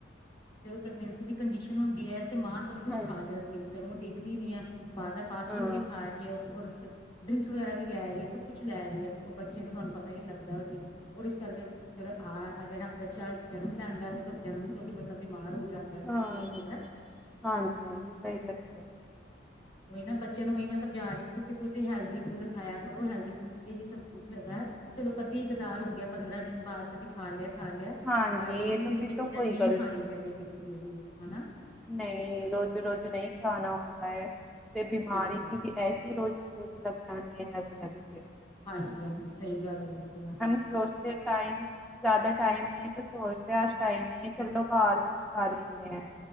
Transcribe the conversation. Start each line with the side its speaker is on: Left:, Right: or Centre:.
Left: ਜਦੋਂ ਪ੍ਰੈਗਨੈਂਸੀ ਦੀ ਕੰਡੀਸ਼ਨ ਹੁੰਦੀ ਐ ਤੇ ਮਾਂ ਸਭ ਕੁਝ
Centre: ਹਾਂਜੀ
Left: ਖਾ ਜਾਂਦੀ ਐ ਓਸ ਟਾਈਮ। ਓ ਦੇਖਦੀ ਹੀ ਨੀ ਐ ਬਾਹਰ ਦਾ। ਫਾਸਟਫੂਡ
Centre: ਹਾਂ
Left: ਵੀ ਖਾ ਰਹੀ ਐ ਔਰ ਸ ਡਰਿੰਕਸ ਵਗੈਰਾ ਵੀ ਲੈ ਰਹੀ ਐ ਸਭ ਕੁਛ ਲੈ ਰਹੀ ਐ। ਓ ਬੱਚੇ ਨੂੰ ਤੁਹਾਨੂੰ ਪਤਾ ਹੀ ਲੱਗਦਾ ਐ ਓ ਚੀਜ਼। ਔਰ ਇਸ ਕਰਕੇ ਜਿਹੜਾ ਆ ਜਿਹੜਾ ਬੱਚਾ ਜਨਮ ਲੈਂਦਾ ਵੇ ਤੇ ਓ ਜਨਮ ਤੋਂ ਹੀ ਮਤਲਬ ਬਿਮਾਰ ਹੋ ਜਾਂਦਾ ਹੈ ਇਸ
Centre: ਹਾਂ
Left: ਕਰਕੇ
Centre: ਹਾਂਜੀ-ਹਾਂਜੀ, ਸਹੀ ਦੱਸਿਓ ਤੁਸੀ।
Left: ਓਹੀ ਨਾ ਬੱਚਿਆਂ ਨੂੰ ਓਹੀ ਮੈਂ ਸਮਝਾ ਰਹੀ ਸੀ ਕਿ ਤੁਸੀਂ ਹੈਲਦੀ ਫੂਡ ਖਾਇਆ ਕਰੋ ਹੈਲਦੀ ਫੂਡ ਚ ਹੀ ਸਭ ਕੁਛ ਹੈਗਾ। ਚਲੋ ਕਦੀ ਕਦਾਰ ਹੋ ਗਿਆ, ਪੰਦਰਾਂ ਦਿਨ ਬਾਅਦ ਕਦੀ ਖਾ ਲਿਆ। ਖਾ ਲਿਆ
Centre: ਹਾਂਜੀ
Left: ਪਰ ਡੇਲੀ
Centre: ਤਾਂ
Left: ਦੇ ਵਿੱਚ
Centre: ਫਿਰ
Left: ਇਹ
Centre: ਤਾਂ
Left: ਚੀਜ਼ਾਂ
Centre: ਕੋਈ
Left: ਨ‌ਈ
Centre: ਗੱਲ
Left: ਖਾਣੀਆਂ ਚਾਹੀਦੀਆਂ ਬਿਲਕੁਲ ਵੀ, ਹਨਾ।
Centre: ਨ‌ਈ ਰੋਜ਼-ਰੋਜ਼ ਨ‌ਈ ਖਾਣਾ ਹੁੰਦਾ ਐ, ਤੇ ਬਿਮਾਰੀ
Left: ਹਾਂਜੀ ਹਾਂਜੀ।
Centre: ਤੇ ਵੀ ਐਸੀ ਕੀ ਰੋਜ਼-ਰੋਜ਼ ਲਗ ਜਾਂਦੀ ਐ ਨਵੀਂ-ਨਵੀ ਫਿਰ।
Left: ਹਾਂਜੀ-ਹਾਂਜੀ ਸਹੀ ਗੱਲ ਐ ਬਿਲਕੁਲ।
Centre: ਸੋਚਤੇ ਟਾਈਮ ਜ਼ਿਆਦਾ ਟਾਈਮ ਨੀ ਐ, ਤੇ ਸੋਚਦੇ ਆ ਅੱਜ ਟਾਈਮ ਨੀ ਐ ਚਲੋ ਬਾਹਰ ਸੇ ਮੰਗਾ ਲੈਨੇ ਆ।